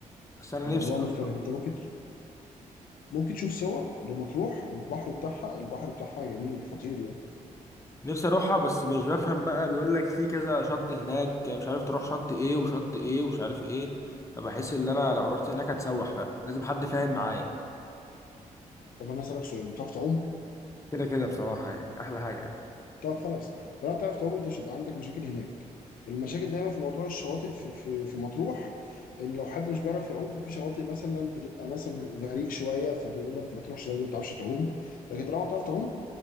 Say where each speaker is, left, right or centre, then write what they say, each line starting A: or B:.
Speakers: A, on the left; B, on the left.
A: بس انا
B: الموضوع
A: نفسي اروح
B: مختلف انت ممكن ممكن تشوف صور لمطروح البحر بتاعها البحر بتاعها جميل خطير يعني
A: نفسي اروحها بس مش بفهم بقى بيقول لك في كذا شط هناك مش عارف تروح شط ايه وشط ايه ومش عارف ايه فبحس ان انا لو رحت هناك هتسوح فاهم لازم حد فاهم معايا
B: طب انا اسالك سؤال بتعرف تعوم
A: كده كده بصراحة يعني أحلى حاجة يعني.
B: طب خلاص طالما بتعرف تعوم انت مش هيبقى عندك مشاكل هناك المشاكل دايما في موضوع الشواطئ في في في مطروح ان لو حد مش بيعرف يعوم ففي شواطئ مثلا بتبقى مثلا غريق شويه فبيقول لك ما تروحش لو ما بتعرفش تعوم لكن طالما بتعرف تعوم